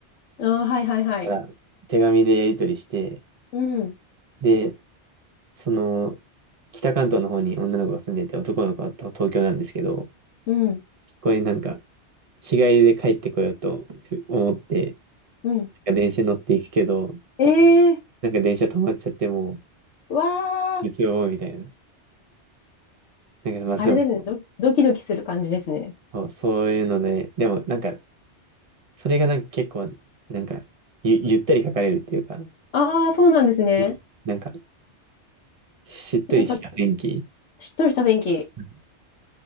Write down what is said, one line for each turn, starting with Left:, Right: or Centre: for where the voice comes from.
Left: あー、はいはいはい。
Right: から手紙でやり取りして、
Left: うん、
Right: で、その、北関東の方に女の子が住んでいて、男の子はと東京なんですけど、
Left: うん、
Right: そこになんか、日帰りで帰ってこようとふ思って、
Left: うん。
Right: なんか電車に乗っていくけど、
Left: ええ
Right: なんか電車止まっちゃってもう、
Left: わあ、
Right: 月曜みたいな。なんか、まあ、
Left: あれですね。
Right: でも、
Left: ド、ドキドキする感じですね。
Right: そう、そういうので、でもなんか、それがなんか結構、なんか、ゆ、ゆったり書かれるっていうか、
Left: ああ、そうなんですね。
Right: うんなんか、しっとりした雰囲気。
Left: なんか、しっとりした雰囲気。
Right: うん